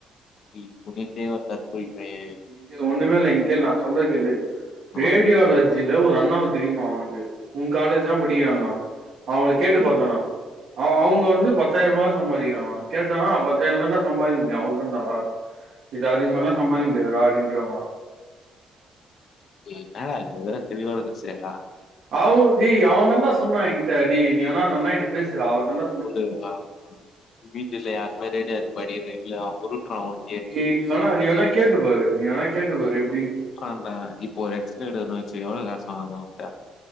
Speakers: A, on the left (about 60°); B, on the right (about 75°).
A: எ புனித்தே ஓரு தற்குறி பயே
B: கேளு ஒண்ணுமே இல்ல இங் கேளு நா சொல்றது கேள்ளு
A: ஆமா.
B: ரேடியோலஜில ஒரு அண்ணாவ தெரியுமா அவனுக்கு உங் காலேஜ்தா படிக்கிறாங்களா அவுங்கள கேட்டு பாத்தா
A: ம்
B: நா அவ அவுங்க வந்து பத்தாயிர ரூபா தா சம்பாதிக்கிறாங்களா கேட்டானா பத்தாயிர தான்டா சம்பாதிக்க முடியு அவ்ளோதாண்ட இது அதுக்கு மேலா சம்பாதிக்க முடியாதுடா அப்டின்றங்களா
A: எ இன்னடா இது தெளிவா வந்துச்சேட்ட
B: அவ் டே அவ தண்டா சொன்னா எங்கிட்ட டே நீனா வேணா அந்த அண்ணாகிட்ட பேசுற அவுர்தன்ட
A: புரிதுங்ளா ஆ‌ வீட்டில யாருமே ரேடியா வச்சி படிகிதே இல்ல அவ உருட்டுற உரு
B: நீ நீ வேணா நீ வேணா கேட்டு பாரு நீ வேணா கேட்டு பாரு எப்டின்னு
A: ஆ டா இப்போ ஒரு எக்ஸ்ரே எடுக்குறோ வச்சுக எவ்ளோ காசு வாங்கலா அவுட்ட